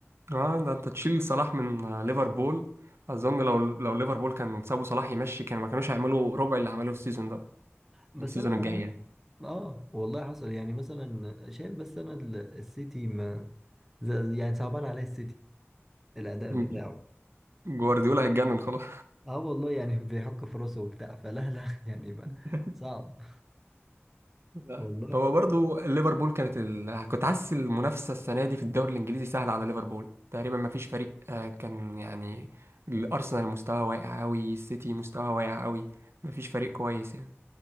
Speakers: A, on the right; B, in the centre.
A: اه ده انت تشيل صلاح من آه، ليفربول اظن لو لو ليفربول كان سابوا صلاح يمشي كانوا ما كانوش هيعملوا ربع اللي عملوه السيزون ده
B: بس
A: السيزون
B: انا بصراحة
A: الجاي يعني
B: اه والله حصل يعني مثلا شايف بس انا ال- السيتي ما زي- يعني صعبان عليه السيتي الأداء
A: <laughs>
B: بتاعه
A: جوارديولا هيتجنن خلاص
B: اه والله يعني <laughs> بيحك في راسه وبتاع فلا لا يعني بقى
A: <laughs>
B: صعب
A: لا.
B: والله
A: هو برضو ليفربول كانت ال... كنت حاسس المنافسة السنة دي في الدوري الإنجليزي سهلة على ليفربول تقريبا ما فيش فريق آه، كان يعني الأرسنال مستواه واقع أوي السيتي مستواه واقع أوي ما فيش فريق كويس يعني